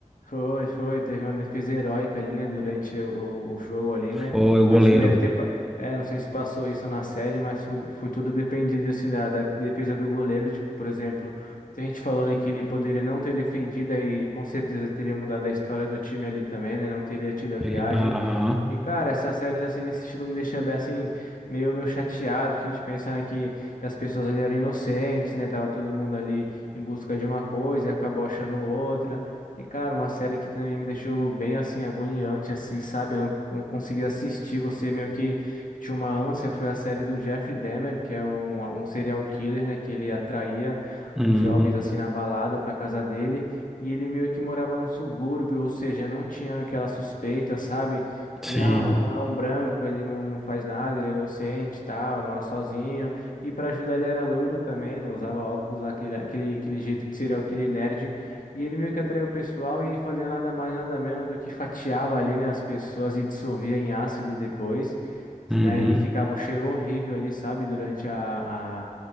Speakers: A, on the left (about 85°); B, in the centre.
A: Foi, foi, teve uma defesa heróica ali, né, durante o, o jogo ali, né,
B: Foi o goleiro.
A: acho que deve ter, pa- é, não sei se passou isso na série, mas foi, foi tudo dependido, assim, da, da defesa do goleiro, tipo, por exemplo, a gente falou, né, que ele poderia não ter defendido e com certeza teria mudado a história do time ali também, né, não teria tido a viagem,
B: E- Aham.
A: e, cara, essas séries, assim, nesse estilo me deixa bem, assim, meio, meio chateado, porque a gente pensa, né, que as pessoas ali eram inocentes, né, tava todo mundo ali em busca de uma coisa e acabou achando outra, e, cara, uma série que também me deixou bem assim, agoniante, assim, sabe? Eu não, não consegui assistir. Você meio que tinha uma ânsia. Foi a série do Jeffrey Dahmer, que é um, um serial killer, né? Que ele atraía
B: Hum,
A: os jovens assim na balada pra casa dele. E ele meio que morava num subúrbio, ou seja, não tinha aquela suspeita, sabe?
B: sim.
A: De, ah, é um, é um branco, ele não, não faz nada, ele é inocente, e tal, mora sozinho. E pra ajudar ele era loiro também, né? Usava óculos, aquele, aquele, aquele jeito de serial killer nerd. E ele meio que atraiu o pessoal e fazia nada mais, nada menos do que fatiava ali, né, as pessoas e dissolvia em ácido depois,
B: Uhum.
A: né, e ficava um cheiro horrível ali, sabe, durante a, a,